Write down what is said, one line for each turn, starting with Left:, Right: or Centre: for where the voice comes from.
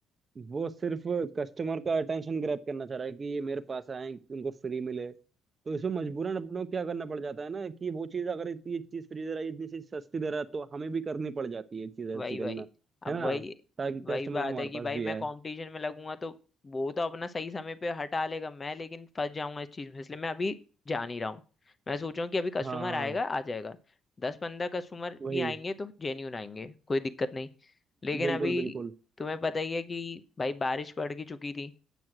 Right: वो सिर्फ कस्टमर का अटेंशन ग्रैब करना चाह रहा है कि ये मेरे पास आए उनको फ्री मिले तो इसमें मजबूरन अपने को क्या करना पड़ जाता है ना कि वो चीज अगर इतनी ये चीज फ्री दे रहा है इतनी चीज सस्ती दे रहा है तो हमें भी करनी पड़ जाती है ये चीज
Left: भाई
Right: ऐसी करना
Left: भाई अब
Right: है ना
Left: वही
Right: ताकि
Left: वही
Right: कस्टमर
Left: बात
Right: हमारे
Left: है कि
Right: पास
Left: भाई
Right: भी
Left: मैं
Right: आए
Left: कंपटीशन में लगूंगा तो वो तो अपना सही समय पे हटा लेगा मैं लेकिन फंस जाऊंगा इस चीज में इसलिए मैं अभी जा नहीं रहा हूँ मैं सोच रहा हूँ कि अभी कस्टमर
Right: हाँ
Left: आएगा आ जाएगा दस पंद्रह कस्टमर
Right: वही
Left: भी आएंगे तो जेन्यून आएंगे कोई दिक्कत नहीं लेकिन
Right: बिल्कुल
Left: अभी
Right: बिल्कुल
Left: तुम्हें पता ही है कि भाई बारिश पड़ की चुकी थी